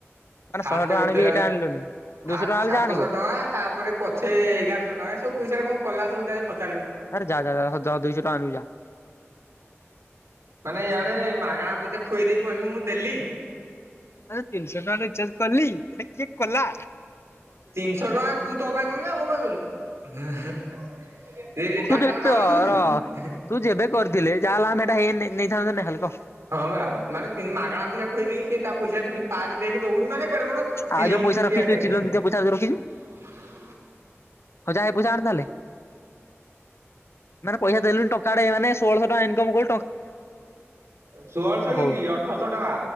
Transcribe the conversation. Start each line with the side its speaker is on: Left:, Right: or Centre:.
Left: ମାନେ
Right: ଫାଷ୍ଟ
Left: ଶହେ ଟଙ୍କା
Right: ଉଠିଲା,
Left: ଆଣିବି ଏଇଟା ଆଣିଲୁନି ଦୁଇଶହ
Right: ଫାଷ୍ଟ
Left: ଟଙ୍କା ହେଲେ
Right: ସାତଶହ
Left: ଯା ଆଣିବୁ
Right: ଟଙ୍କା ତାପରେ ପଛେ ଏଗାର ଟା ସବୁ ପଇସାରା କଣ କଲା ସବୁ ତା ପ
Left: ଆରେ ଯା ଯା ଯ ଦଇଶହ ଟଙ୍କା ଆଣିବୁ ଯା
Right: ମାନେ ଇଆଡେ ମାଗଣା ପଇସା ଖୁଆଇ ଦେଇେଇ କହୁଛୁ ମୁଁ ଦେଲି?
Left: ଆରେ ତିନିଶହ ଟଙ୍କା ରିଚାର୍ଜ କଲି ଏଟା କିଏ କଲା?
Right: ତିନଶହ ଟଙ୍କ ତୁ ତୋ ପାଇଁ କଲୁ ନା ମୋ ପାଇଁ କଲୁ? ଏଇଟି
Left: ତୁ
Right: ଟାଟା
Left: ଯେତେ
Right: ର କାମ ଦେଖୁଛୁ?
Left: ର ତୁ ଯେବେ କରିଥିଲେ ଯାହା ହେଲା ଆମେ ହେଟା ହେଇ ନେଇ ନେଇଥାନ୍ତୁ ନା ହାଲ୍ କା। <inaudible>
Right: ହଁ ପରା ମାନେ ମାଗଣା ପଇସା ଖୁଏଇ ଦେଇକି ସେ ତା ପଇସା ଧରି ପାରେ ଦେଇକି ଦଉନି ମାନେ କେଡେ ବଡ ଚିଲମ
Left: ଆଉ ଯୋଉ ପଇସା
Right: ଚୁଟିଆ
Left: ରଖିଚୁ
Right: ଦେଖେ।
Left: ଏଇ ଚିଲର ଭିତରେ ପଇସା ରଖିଜୁ
Right: <inaudible>
Left: ହଉ ଯା ହେ ପଇସା ଆଣେ ତାହେଲେ। ମାନେ ପଇସା ଦେଲୁନି ଟଙ୍କା ଡେ ମାନେ ଷୋହଳଶ ଟଙ୍କା ଇନକମ୍ କ
Right: ଷୋହଳଶ କିନ୍ଦି
Left: ହଉ
Right: ଅଠରଶ ଟଙ୍କା।